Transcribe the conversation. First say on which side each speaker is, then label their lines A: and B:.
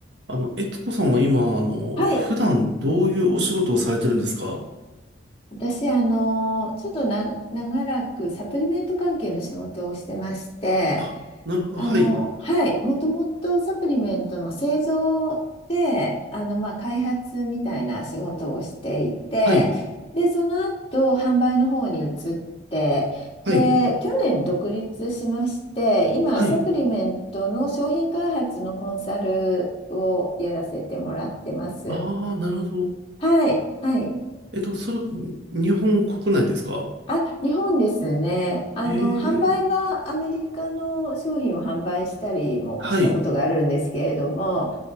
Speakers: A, on the right (about 60°); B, on the left (about 30°).
A: あの、えつこさんは今、あの、
B: はい。
A: 普段どういうお仕事をされてるんですか
B: 私、あの、ちょっとな、長らくサプリメント関係の仕事をしてまして、
A: あ、なるほど。
B: あの、
A: はい。
B: はい。もともとサプリメントの製造で、あの、まあ、開発みたいな仕事をしていて、
A: はい。
B: で、その後、販売の方に移って、
A: はい。
B: で、去年独立しまして、今、
A: はい。
B: サプリメントの商品開発のコンサルをやらせてもらってます。
A: ああ、なるほど。
B: はい。はい。
A: えっと、それ、日本国内ですか
B: あ、日本ですね。あの、
A: ええー、
B: 販売はアメリカの商品を販売したりもしたことがあるんですけれども、
A: はい。